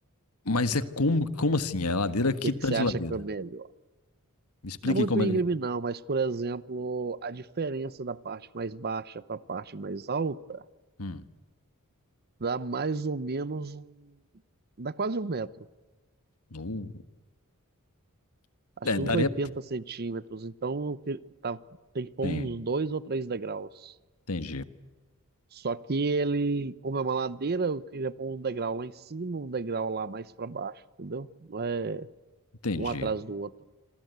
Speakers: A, on the left; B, on the right.
A: Mas é como, como assim? É ladeira que
B: que
A: tá
B: que você
A: de
B: acha
A: ladeira.
B: que é melhor?
A: Me explique
B: Não é muito
A: como
B: íngreme,
A: é que.
B: não, mas, por exemplo, a diferença da parte mais baixa para a parte mais alta
A: Hum.
B: dá mais ou menos um. dá quase um metro.
A: Uh.
B: Acho
A: É,
B: que
A: daria.
B: uns 80 centímetros. Então, eu que- tá- tem que pôr
A: Tem.
B: uns dois ou três degraus.
A: Entendi.
B: Só que ele, como é uma ladeira, eu queria pôr um degrau lá em cima, um degrau lá mais para baixo, entendeu? Não é
A: Entendi.
B: um atrás do outro.